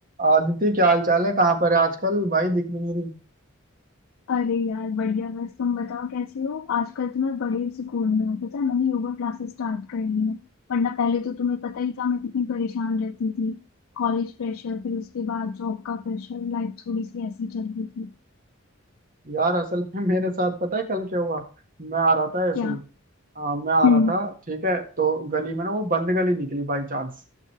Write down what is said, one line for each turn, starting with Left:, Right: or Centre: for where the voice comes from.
Right: आदिति क्या हाल चाल है कहाँ पर है आजकल भाई दिख भी नहीं रही
Left: अरे यार बढ़िया बस तुम बताओ कैसे हो आजकल तो मैं बड़े सुकून में हूँ पता है मैंने योगा क्लासेस स्टार्ट कर ली है वरना पहले तो तुम्हें पता ही था मैं कितनी परेशान रहती थी कॉलेज प्रेशर फिर उसके बाद जॉब का प्रेशर लाइफ थोड़ी सी ऐसी चल रही थी
Right: यार असल में मेरे साथ पता है कल क्या हुआ मैं आ रहा था ऐसे
Left: क्या
Right: ही आ, मैं आ
Left: हम्म
Right: रहा था ठीक है तो गली में ना वो बंद गली निकली बाई चांस